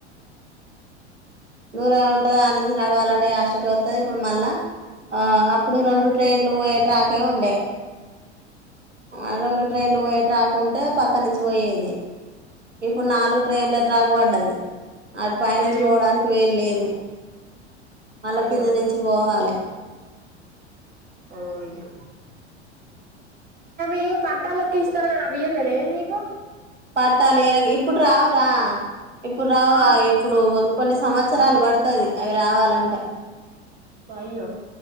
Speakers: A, on the right; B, on the right.
A: దూరమే ఉంటది ఆనించి నడవాలంటే అష్టక వస్తుంది ఇప్పుడు మళ్ళా ఆ అప్పుడు రెండు ట్రైన్లు పోయే ట్రాకే ఉండే ఆ రెండు ట్రైన్లు పోయే ట్రాకుంటే పక్క నుంచి పోయేది ఇప్పుడు నాలుగు ట్రైన్ల ట్రాక్ పడ్డది అటు పైనించి
B: అయ్యో
A: పోవడానికి వేలు లేదు మళ్ళ
B: అయ్యో
A: కింద నుంచి పోవాలి
B: ఓ అయ్యా అే అ పట్టాలకి ఇస్తారు కదా బియలనే మీకు
A: పట్టాలి ఇలాగ ఇప్పుడు రావు రా ఇప్పుడు రావా
B: ఆ
A: ఇప్పుడు కొన్ని సంవత్సరాలు పడుతుంది అవి రావాలంటే
B: వాయ్యో